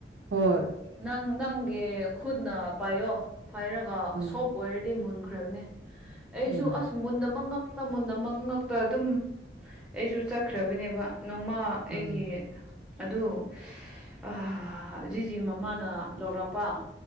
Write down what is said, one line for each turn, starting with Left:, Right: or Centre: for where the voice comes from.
Right: ꯍꯣꯏ
Centre: ꯅꯪ ꯅꯪꯒꯤ ꯈꯨꯠꯅ ꯄꯥꯏꯌꯣ ꯄꯥꯏꯔꯒ
Right: ꯎꯝ
Centre: ꯁꯣꯞ ꯑꯣꯏꯔꯗꯤ ꯃꯨꯟꯈ꯭ꯔꯕꯅꯦ ꯑꯩꯁꯨ
Right: ꯎꯝ
Centre: ꯑꯁ ꯃꯨꯟꯗꯕ ꯑꯃ ꯉꯛꯇ ꯃꯨꯟ ꯑꯃ ꯉꯛꯇ ꯑꯗꯨꯝ ꯑꯩꯁꯨ ꯆꯠꯈ꯭ꯔꯕꯅꯦꯕ ꯅꯣꯡꯃ ꯑꯩꯒꯤ
Right: ꯎꯝ
Centre: ꯑꯗꯨ ꯍꯧꯁꯤ ꯃꯃꯥꯅ ꯂꯧꯔꯛꯥꯛꯄ